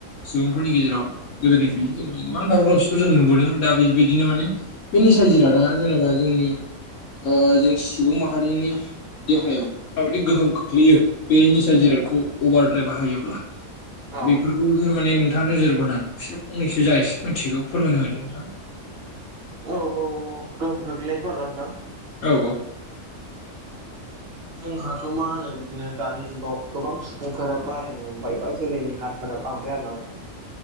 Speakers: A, on the left; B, on the right.
A: सुबुंफोरनि गेजेराव गोदोनिफ्रायनो जेन' गोबां दावराव दावसिखौ जों नुबोदों दा बेबायदिनो माने बे निसा जिरादा जेनेबा जोंनि ओ जों सुबुं माहारिनि देहायाव माबायदि गोहोम खोख्लैयो बे निसा जिरादखौ अभार द्राइ बाहायोब्ला
B: औ
A: बेफोरखौ माने नोंथाङा नोजोर बोनानै एसे फनैसो जा एसे मिथिगौ फोरमायनो होदो नोंथां
B: औ औ औ औ गोहोम गोग्लैनायखौ आरो ना नोंथां
A: औ औ
B: जोंहाथ' मा होनो बिदिनो दानि जुगाव गोबां सुबुंफोरा बारायनो हमबाय बा जोलैनि हांर फोरा बांबाय आरो ना नोंथां